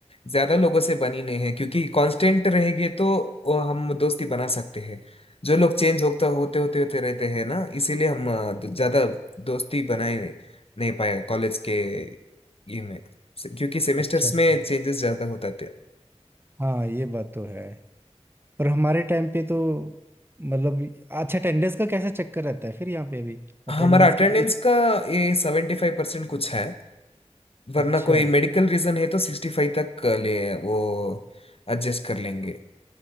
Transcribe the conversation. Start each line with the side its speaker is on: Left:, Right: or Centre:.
Left: ज्यादा लोगों से बनी नहीं है क्योंकि कांस्टेंट रहेंगे तो वो हम दोस्ती बना सकते हैं जो लोग चेंज होता होते होते होते रहते हैं ना इसीलिए हम अ, ज्यादा दोस्ती बनाए नहीं पाया कॉलेज के ये में क्योंकि सेमेस्टर्स
Right: अच्छा अच्छा
Left: में चेंजेस ज्यादा होता थे
Right: हाँ ये बात तो है पर हमारे टाइम पे तो मतलब अच्छा अटेंडेंस का कैसा चक्कर रहता है फिर यहाँ पे अभी
Left: हमारा
Right: अटेंडेंस
Left: अटेंडेंस
Right: कितनी
Left: का ये सेवेंटी फाइव परसेंट कुछ है वरना
Right: अच्छा
Left: कोई मेडिकल रीजन है तो सिक्सटी फाइव तक अ, ले वो एडजस्ट कर लेंगे